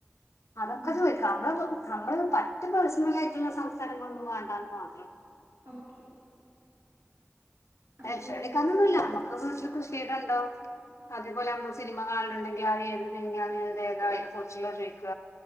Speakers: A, on the left; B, on the right.
A: അതൊക്ക
B: ഉം
A: ചോയിക്കാം നമ്മള് നമ്മള പറ്റെ പേഴ്സണലായിട്ടുള്ള സംസാരങ്ങളൊന്നും വാണ്ടാന്ന് മാത്രം.
B: ഓക്കെ. അപ്പോ
A: ടെൻഷനടിക്കാനൊന്നുല്ല അമ്മക്ക് വീട്ടില് കൃഷീടണ്ടോ? അതേപോലെയാണ് സിനിമ കാണുണ്ടെങ്കി അയ് ഏത് സിനിമയാണ് അത് ഏതാ അതിനെകുറിച്ചുള്ള ചോയിക്ക.